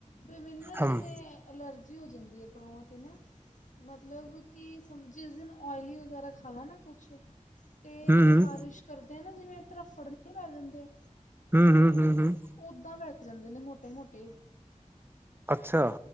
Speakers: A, on the left; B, on the right.
A: ਵੀ ਮੈਨੂੰ ਨਾ
B: ਹਮ
A: ਜਿਵੇਂ? ਐਲਰਜੀ, ਹੋ ਜਾਂਦੀ ਹੈ ਬਾਹਵਾਂ 'ਤੇ ਨਾ ਮਤਲਬ ਕਿ, ਜਿਸ ਦਿਨ ਓਇਲੀ ਵਗੈਰਾ ਖਾਵਾ ਨਾ ਕੁਝ ਅਤੇ
B: ਹਮ
A: ਖ਼ਾਰਿਸ਼ ਕਰਦੇ ਆ ਨਾ ਜਿਵੇਂ, ਤੱਫੜ ਨਹੀਂ ਪੈ ਜਾਂਦੇ
B: ਹਮ- ਹਮ- ਹਮ- ਹਮ।
A: ਉੱਦਾਂ ਬੈਠ ਜਾਂਦੇ ਨੇ, ਮੋਟੇ- ਮੋਟੇ।
B: ਅੱਛਾ